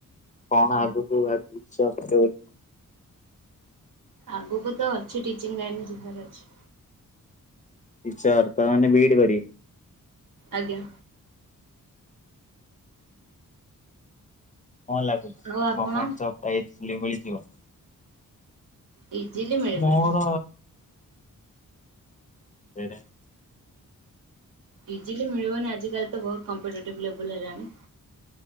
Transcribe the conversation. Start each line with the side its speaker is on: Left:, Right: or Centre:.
Left: କଣ ଆଗକୁ ଭାବିଛ କରିବ ବୋଲି।
Right: ଆଗକୁ ତ ଅଛି ଟିଚିଂ ଲାଇନରେ ଯିବାର ଅଛି।
Left: ଟିଚର‌ ତା ମାନେ ବି ଇ ଡି କରିବେ।
Right: ଆଜ୍ଞା।
Left: କଣ ଲାଗୁଛି
Right: ଆଉ ଆପଣ?
Left: ଗଣମେଣ୍ଟ ଜବ ଟା ଇଜିଲି ମିଳିଯିବ।
Right: ଇଜିଲି ମିଳିବନି।
Left: ମୋର ସେଇଟା ହିଁ।
Right: ଇଜିଲି ମିଳିବନି ଆଜିକାଲି ତ ବହୁତ କମ୍ପିଟେଟିଭ୍ ଲେବୁଲ ହେଲାଣି।